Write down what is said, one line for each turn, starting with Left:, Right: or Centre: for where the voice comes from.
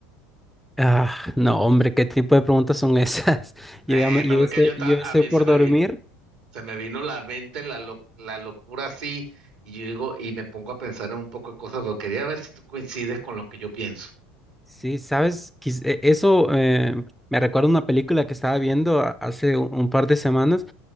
Centre: Ah, no, hombre, ¿qué tipo de preguntas son esas? <laughs>
Right: Eh,
Centre: Yo ya, me-
Right: me
Centre: yo
Right: voy
Centre: ya estoy,
Right: que yo estaba,
Centre: yo ya estoy
Right: a mí
Centre: por
Right: se me
Centre: dormir.
Right: vi se me vino la mente la, lo- la locura así, y yo digo, y me pongo a pensar en un poco de cosas, pero quería ver si tú coincides con lo que yo pienso.
Centre: Sí, sabes, Quis- e- eso eh, me recuerda a una película que estaba viendo a- hace un un par de semanas